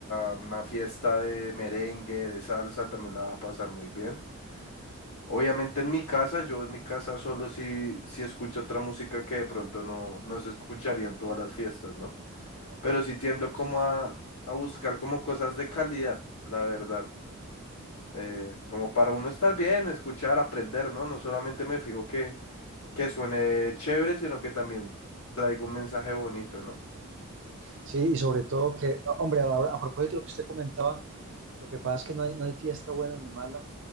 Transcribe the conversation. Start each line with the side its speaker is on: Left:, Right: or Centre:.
Left: a a una fiesta de merengue, de salsa, también la va a pasar muy bien. Obviamente en mi casa, yo en mi casa solo si si escucho otra música que de pronto no, no se escucharía en todas las fiestas, ¿no?
Right: ok.
Left: Pero sí tiendo como a, a buscar como cosas de calidad, la verdad. Eh, como para uno estar bien, escuchar, aprender, ¿no? No solamente me fijo que, que suene chévere, sino que también traiga un mensaje bonito, ¿no?
Right: Sí, y sobre todo que, ah, hombre, ahora, a, propósito de lo que usted comentaba, lo que pasa es que no hay, no hay fiesta buena ni mala,